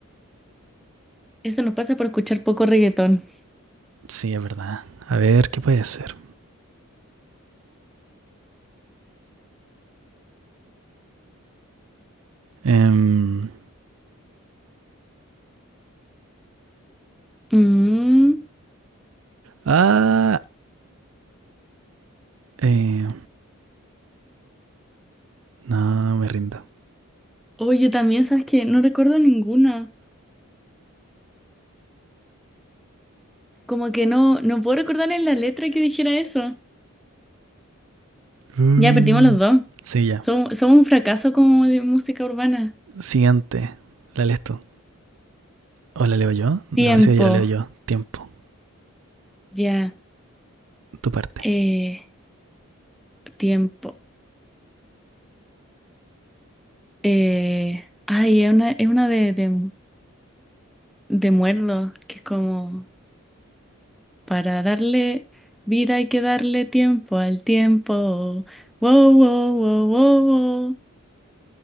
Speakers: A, in the centre; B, on the right (about 65°).
A: Eso nos pasa por escuchar poco reggaetón.
B: Sí, es verdad. A ver, ¿qué puede ser? Em,
A: Mm.
B: ah, eh, no, me rindo.
A: Oye, también, ¿sabes qué No recuerdo ninguna. Como que no, no puedo recordar en la letra que dijera eso.
B: Mm,
A: Ya perdimos los dos.
B: Sí, ya.
A: Somos, somos un fracaso como de música urbana.
B: Siguiente. ¿La lees tú? ¿O la leo yo? Me
A: Tiempo,
B: parece que ya la leo yo. Tiempo.
A: ya.
B: Tu parte.
A: eh, tiempo. Eh, ay, es una, es una de, de, de muerdo, que es como para darle vida hay que darle tiempo al tiempo. Wow, wow, wow, wow, wow.